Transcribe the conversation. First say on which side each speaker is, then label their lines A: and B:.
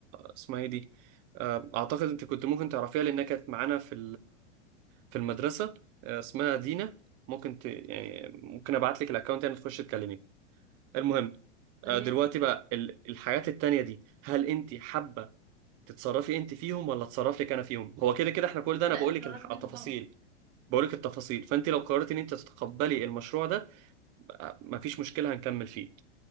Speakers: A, on the right; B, on the right.
A: اسمها ايه دي آه، اعتقد انت كنت ممكن تعرفيها لانها كانت معانا في في المدرسة آه، اسمها دينا ممكن ت... يعني ممكن ابعت لك الاكونت يعني تخش تكلمي المهم
B: تمام
A: آه، دلوقتي بقى ال- الحاجات التانية دي هل انت حابة تتصرفي انت فيهم ولا اتصرف لك انا فيهم هو كده كده احنا كل ده انا
B: لا
A: بقول
B: اتشرفت
A: لك التفاصيل
B: انت طبعا
A: بقول لك التفاصيل فانت لو قررتي ان انت تتقبلي المشروع ده بقى مفيش مشكلة هنكمل فيه